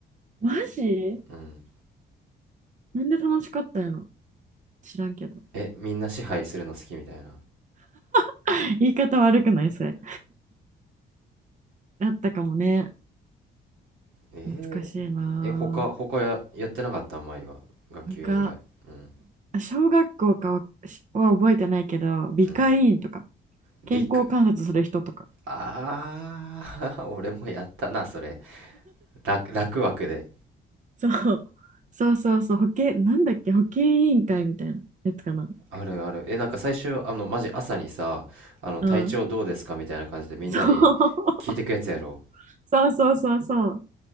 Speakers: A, on the right (about 40°); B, on the right (about 85°).
A: マジ
B: うん。
A: なんで楽しかったやろ知らんけど。
B: え、みんな支配するの好きみたいな。
A: <laughs> 言い方悪くないそれ。あったかもね。
B: え
A: 懐かしいなぁ。
B: ー、え、他、他や、やってなかった前は。学級委員以外。
A: なんか、
B: うん、
A: 小学校かはは覚えてないけど、美会委員とか、
B: うん。陸。
A: 健康観察する人とか、
B: ああ、<laughs> 俺もやったな、それ。楽、楽枠で。
A: そう。そうそうそう、保健、なんだっけ、保健委員会みたいなやつかな。
B: あるある。え、なんか最初、あの、マジ朝にさ、あの、体調どうですかみたいな感じでみんなに聞いてくやつやろ。
A: うん。そう <laughs>、そうそうそうそう。